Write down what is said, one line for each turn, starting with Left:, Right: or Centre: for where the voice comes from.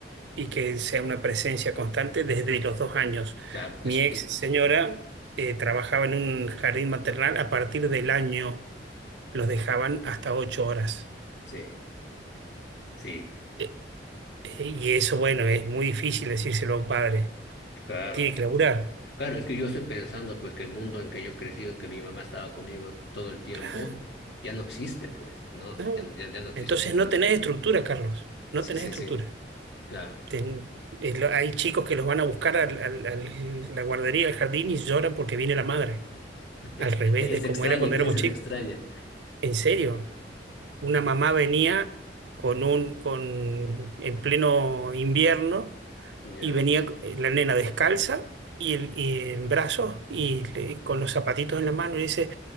Right: y que sea una presencia constante desde los dos años.
Left: Claro, eso,
Right: Mi ex
Left: eh,
Right: señora eh, trabajaba en un jardín maternal, a partir del año los dejaban hasta ocho horas.
Left: sí, sí,
Right: Eh, eh, y eso, bueno, es muy difícil decírselo a un padre.
Left: claro.
Right: Tiene que laburar.
Left: Claro, es que yo estoy pensando, pues, que el mundo en que yo he crecido, que mi mamá estaba conmigo todo el tiempo,
Right: Claro,
Left: ya no existe, pues, no,
Right: no.
Left: ya, ya, ya no existe
Right: Entonces
Left: ese mundo.
Right: no tenés estructura, Carlos. No
Left: Sí,
Right: tenés
Left: sí,
Right: estructura.
Left: sí, claro.
Right: Ten- eh, lo- hay chicos que los van a buscar al- al- al- la guardería, al jardín y lloran porque viene la madre.
Left: <laughs>
Right: Al revés
Left: Es
Right: de como
Left: extraña,
Right: era cuando
Left: ¿quién
Right: éramos
Left: es
Right: chicos.
Left: esa extraña?
Right: En serio. una mamá venía con un, con, en pleno invierno
Left: Ya.
Right: y venía eh, la nena descalza y, el- y en brazos y le- con los zapatitos en la mano y dice,